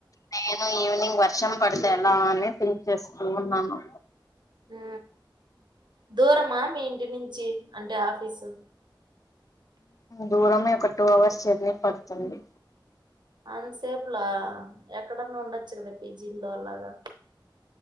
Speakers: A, on the left; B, on the right.
A: నేను ఈవినింగ్ వర్షం పడితే ఎలా అని థింక్ చేస్తూ ఉన్నాను
B: ఉ దూరమా మీ ఇంటి నుంచి అంటే ఆఫీసు
A: దూరమే ఒక టూ అవర్స్ జర్నీ పడుతుంది
B: అన్సేపులా ఎక్కడన్నా ఉండొచ్చు కదా పీజీల్లో అలాగా